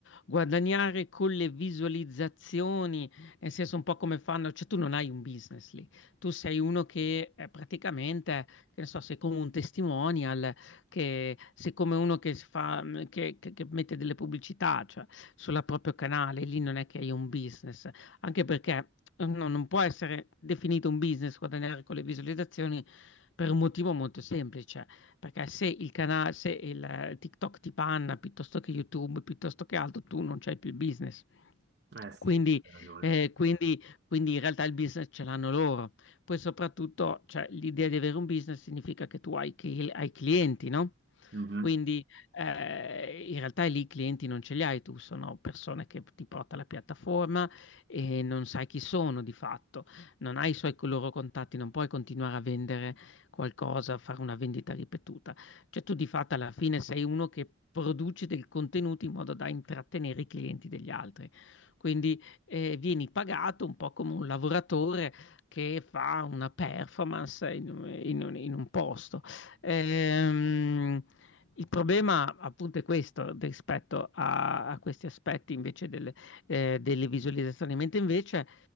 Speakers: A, on the left; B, on the right.
A: guadagnare con le visualizzazioni, nel senso un po' come fanno, cioè tu non hai un business lì, tu sei uno che eh, praticamente, che ne so, sei come un testimonial, che sei come uno che, si fa, mh, che, che- che mette delle pubblicità, cioè sul proprio canale, lì non è che hai un business, anche perché eh, no, non può essere definito un business guadagnare con le visualizzazioni per un motivo molto semplice perché se il canale, se il eh, TikTok ti panna piuttosto che YouTube, piuttosto che altro, tu non c'hai più il business.
B: Eh sì,
A: Quindi,
B: hai ragione.
A: eh, quindi- quindi in realtà il business ce l'hanno loro. Poi soprattutto, cioè, l'idea di avere un business significa che tu hai, chi- hai clienti, no?
B: Mhm,
A: Quindi eh, in realtà lì i clienti non ce li hai tu, sono persone che ti porta la piattaforma e non sai chi sono di fatto, non hai i suoi- i loro contatti, non puoi continuare a vendere qualcosa, fare una vendita ripetuta. Cioè tu di fatto alla fine sei uno che produce del contenuto in modo da intrattenere i clienti degli altri. Quindi eh, vieni pagato un po' come un lavoratore che fa una performance in, in- in un posto. Ehm, il problema appunto è questo rispetto a, a questi aspetti invece delle, eh, delle visualizzazioni, mentre invece